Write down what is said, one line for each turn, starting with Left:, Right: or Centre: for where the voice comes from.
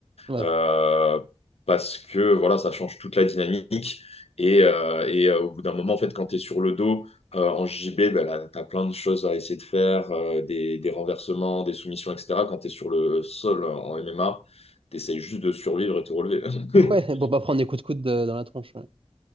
Right: Ouais.
Left: euh, parce que voilà, ça change toute la dynamique. Et, euh, et, euh, au bout d'un moment, en fait, quand tu es sur le dos euh, en JB, ben, là, tu as plein de choses à essayer de faire, euh, des, des renversements, des soumissions, etc. Quand tu es sur le sol en MMA, tu essayes juste de survivre et te relever. <laughs>
Right: <laughs> Ouais, pour pas prendre des coups de coude euh, dans la tronche. ouais.